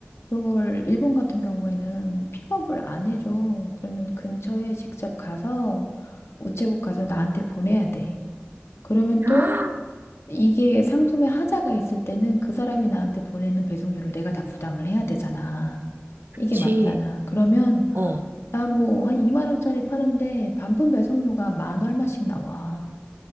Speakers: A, on the left; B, on the right.
A: 그걸 일본 같은 경우에는 픽업을 안 해줘. 그러면 근처에 직접 가서 우체국 가서 나한테 보내야 돼. 그러면
B: <gasps>
A: 또
B: 아,
A: 이게 상품에 하자가 있을 때는 그 사람이 나한테 보내는 배송료를 내가 다 부담을 해야 되잖아.
B: 그치.
A: 이게 맞잖아. 그러면
B: 어,
A: 나 뭐 한 2만 원짜리 파는데 반품 배송료가 만 얼마씩 나와.